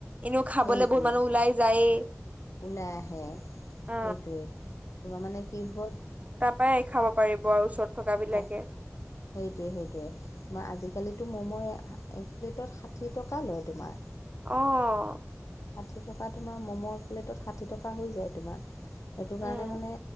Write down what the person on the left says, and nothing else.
সেইটোৱে
ওলাই আহে সেইটোৱেই
তোমাৰ মানে কি হ'ল
খা সেইটোৱে সেইটোৱে- তোমাৰ আজিকালিতো ম'ম' এক প্লেটত ষাঠি টকা লয় তোমাৰ।
ষাঠি টকা তোমাৰ ম'ম' এপ্লেটত ষাঠি টকা হৈ যায় তোমাৰ সেইটো
কাৰণে মানে